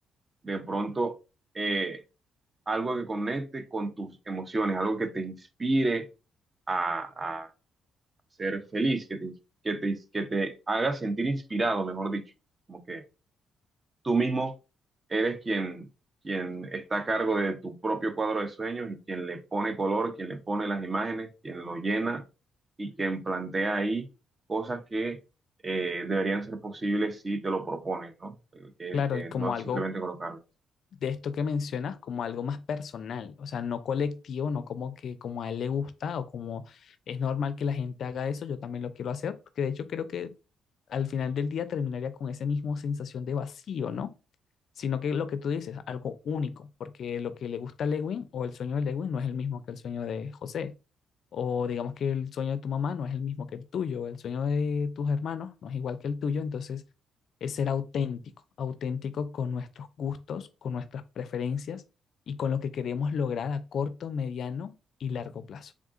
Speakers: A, on the right; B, on the left.
A: de pronto eh, algo que conecte con tus emociones, algo que te inspire a, a ser feliz, que te, que te, que te haga sentir inspirado, mejor dicho, como que tú mismo eres quien, quien está a cargo de tu propio cuadro de sueños y quien le pone color, quien le pone las imágenes, quien lo llena y quien plantea ahí cosas que eh, deberían ser posibles si te lo propones, ¿no? Que,
B: Claro,
A: que
B: y como
A: no es
B: algo
A: simplemente colocarlo.
B: de esto que mencionas como algo más personal, o sea, no colectivo, no como que como a él le gusta o como es normal que la gente haga eso, yo también lo quiero hacer, porque de hecho creo que al final del día terminaría con esa misma sensación de vacío, ¿no? Sino que lo que tú dices, algo único, porque lo que le gusta a Lewin o el sueño de Lewin no es el mismo que el sueño de José. O digamos que el sueño de tu mamá no es el mismo que el tuyo, el sueño de tus hermanos no es igual que el tuyo, entonces es ser auténtico, auténtico con nuestros gustos, con nuestras preferencias y con lo que queremos lograr a corto, mediano y largo plazo.